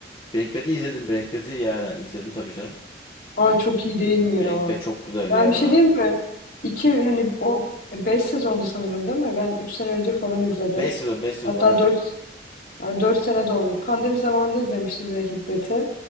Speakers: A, on the left; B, on the left.
A: Breaking Bad'i izledim. Breaking Bad'i yani izledim tabii canım.
B: Aa çok iyi değil mi ya?
A: Breaking Bad çok güzel
B: Ben
A: ya.
B: bir şey diyeyim mi? İki hani o beş sezondu sanırım değil mi? Ben üç sene önce falan izledim.
A: 5 sezon 5 sezon
B: Hatta
A: ha.
B: dört, yani dört sene de oldu. Pandemi zamanında izlemiştim Breaking Bad'i.